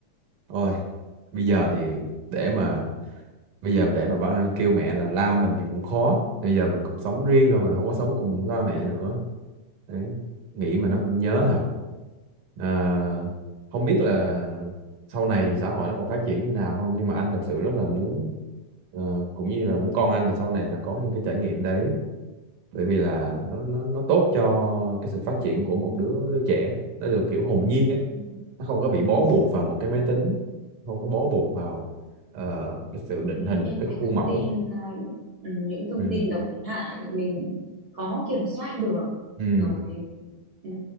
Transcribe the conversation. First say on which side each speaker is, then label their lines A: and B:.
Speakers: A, on the right; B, on the right.
A: ôi bây giờ thì để mà bây giờ để mà ba- kêu mẹ là la mình thì cũng khó bây giờ mình cũng sống riêng rồi mình không có sống cùng ba mẹ nữa đấy nghĩ mà nó cũng nhớ thật à, không biết là sau này xã hội nó còn phát triển như nào không nhưng mà anh thật sự rất là muốn ờ, cũng như là muốn con anh là sau này là có những cái trải nghiệm đấy bởi vì là nó nó nó tốt cho cái sự phát triển của một đứa đứa trẻ nó được kiểu hồn nhiên ấy
B: ừ,
A: nó không có bị bó
B: đúng
A: buộc
B: rồi
A: vào một cái máy tính không có bó buộc vào ờ, cái sự
B: những
A: định hình
B: những
A: một cái
B: cái
A: khuôn
B: thông
A: mẫu
B: tin à, ừ, những thông
A: ừ
B: tin độc hại mình khó kiểm soát được
A: ừ
B: rồi ừ,